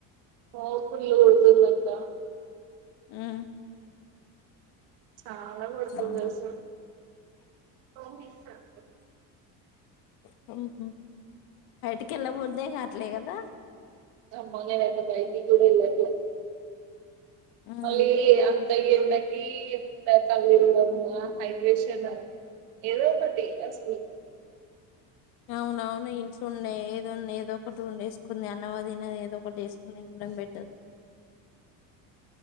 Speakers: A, on the right; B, on the left.
A: ఆఓ పుల్ కొడుతున్నంది అక్క
B: ఆహా
A: చాలా కొడుతుంది
B: అవునా
A: అసలు ఫోన్ తీస్తాడు
B: అహా హు ఇక ఎ బర్దయిఘట్లే కదా
A: మనా భయికిటికి కూడా ఎల్లట్లే
B: ఉమ్
A: మళ్ళీ అం తయ ఎందకంత కళ మ హైడ్రేషన్ ఏదో ఒకటి అసలు
B: అవునవును ఇంట్లో ఉండే ఏదోన్నా ఏదో ఒక టూ ఉండే కుంది అన్నవ తినది ఏదో ఒకటి వేసుకుని తినడం బెటర్